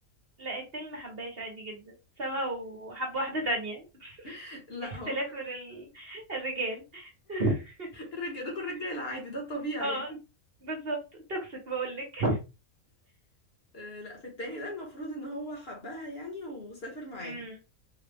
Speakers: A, on the right; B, on the left.
A: لا التاني ما حبهاش عادي جدا سابها وحب واحدة تانية
B: <laughs> لا
A: اختلاف
B: هو في
A: ال- الرجال <laughs>
B: الرجالة ده كل رجالة عادي ده الطبيعي
A: اه
B: يعني
A: بالظبط توكسيك بقولك
B: آه، لا في التاني ده المفروض ان هو حبها يعني وسافر معاها
A: امم